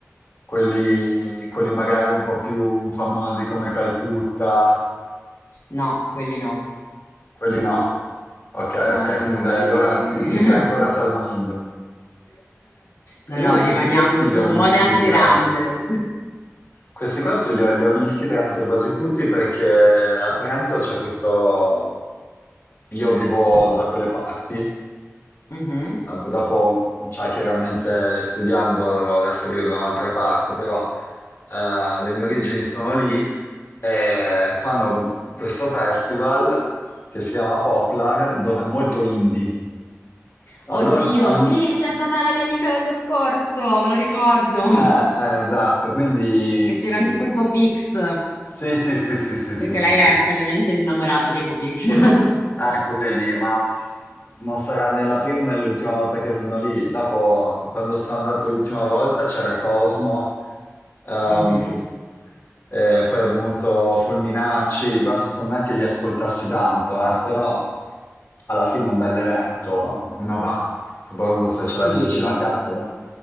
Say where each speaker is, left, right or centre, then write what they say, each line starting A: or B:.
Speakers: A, on the left; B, on the left.
A: quelli, quelli magari un po' più famosi come Calcutta,
B: No, quelli no.
A: quelli no. Ok,
B: No,
A: ok,
B: no,
A: quindi
B: no,
A: dai,
B: quelli...
A: allora ti, ti
B: <laughs>
A: stai ancora salvando.
B: No, no,
A: Io
B: rimaniamo
A: tutti questi
B: su
A: li ho visti,
B: Modena City
A: tra
B: Ramblers.
A: l'altro. Questi qua li ho, li ho visti tra l'altro quasi tutti perché a Trento c'è questo... Io vivo da quelle parti, eh,
B: Mhm.
A: dopo, cioè, chiaramente studiando, adesso vivo da un'altra parte, però eh, le mie origini sono lì e fanno questo festival che si chiama Poplar, dove è molto indie. Allora,
B: Oddio,
A: ogni...
B: sì, c'è stata la mia amica l'anno scorso, me lo ricordo,
A: eh, eh, esatto, quindi...
B: che c'erano tipo i Popix,
A: Sì, sì, sì, sì, sì,
B: perché
A: sì, sì,
B: lei
A: sì.
B: è follemente innamorata dei Popix. <laughs>
A: Ecco, vedi, ma non sarà né la prima né l'ultima volta che vanno lì. Dopo, quando sono andato l'ultima volta, c'era Cosmo, ehm,
B: Mhm.
A: eh, poi è venuto Fulminacci. Beh, non è che li ascoltassi tanto, eh, però alla fine è un bel evento, uno va, soprattutto se ce
B: Sì.
A: l'hai vicino a casa,